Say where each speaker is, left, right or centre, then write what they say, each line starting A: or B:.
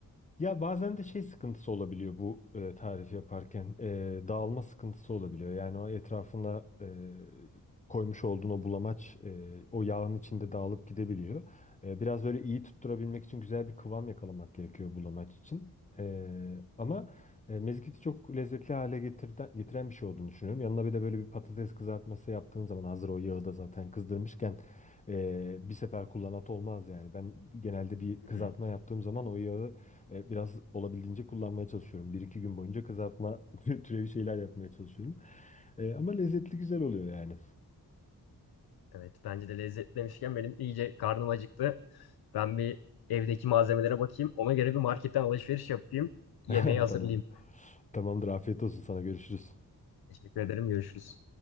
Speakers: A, on the left (about 20°); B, on the left (about 75°).
A: Ya bazen de şey sıkıntısı olabiliyor bu e, tarif yaparken E, dağılma sıkıntısı olabiliyor. Yani o etrafına e, koymuş olduğun o bulamaç e, o yağın içinde dağılıp gidebiliyor. E, biraz böyle iyi tutturabilmek için güzel bir kıvam yakalamak gerekiyor bulamaç için. E, ama e, mezgiti çok lezzetli hale getirden, getiren bir şey olduğunu düşünüyorum. Yanına bir de böyle bir patates kızartması yaptığın zaman hazır o yağı da zaten kızdırmışken e, bir sefer kullanat olmaz yani. Ben genelde bir kızartma
B: Hı. hı.
A: yaptığım zaman o yağı e, Biraz olabildiğince kullanmaya çalışıyorum. Bir iki gün boyunca kızartma <laughs> türevi şeyler yapmaya çalışıyorum. E, ama lezzetli güzel oluyor yani.
B: Evet bence de lezzetli demişken benim iyice karnım acıktı. Ben bir evdeki malzemelere bakayım. Ona göre bir marketten alışveriş yapayım. Yemeği
A: <laughs>
B: hazırlayayım.
A: Tamam. Tamamdır. Afiyet olsun sana. Görüşürüz.
B: Teşekkür ederim. Görüşürüz.